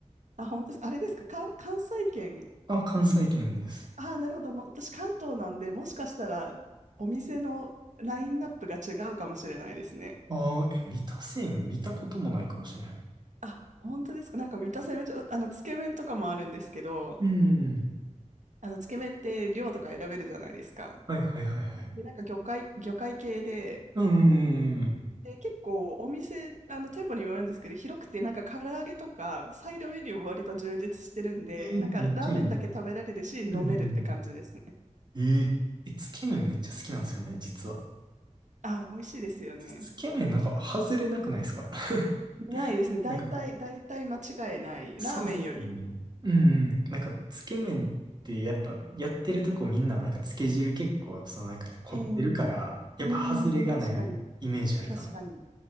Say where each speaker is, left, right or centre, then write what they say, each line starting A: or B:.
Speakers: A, on the right (about 75°); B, on the right (about 35°).
A: あ、本当ですか、あれですか、か関西圏に
B: あ、関西圏です。
A: ああ、なるほど。まあ私、関東なんで、もしかしたらお店のラインナップが違うかもしれないですね。
B: ああ、え、三田製麺見たこともないかもしれへん。
A: あ、本当ですか。なんか三田製麺所、あの、つけ麺とかもあるんですけど、
B: うん。
A: あの、つけ麺って量とか選べるじゃないですか。
B: はいはいはいはい。
A: で、なんか魚介、魚介系で、
B: うんうんうんうん。
A: で、結構お店、あの、店舗にもよるんですけど、広くて、なんか唐揚げとか、サイドメニューも割と充実してるんで、
B: えー、
A: なんかラーメンだけ食べられるし、
B: めっちゃいいな。
A: 飲めるって感じですね。
B: うんうんうん。えー、え、つけ麺めっちゃ好きなんですよね、実は。
A: あ、美味しいですよね。
B: つつけ麺なんか外れなくないですか <laughs>
A: ないですね。大体、
B: なんか
A: 大体間違いない。
B: そうっすよね。
A: ラーメンより。
B: うんうん。なんか、つけ麺ってやっぱ、やってるとこみんな、なんか、つけ汁結構、そのなんか、凝ってるから、
A: ええ
B: やっぱ、
A: うん、
B: 外れがないイメージあるかな。
A: 確かに。確かに。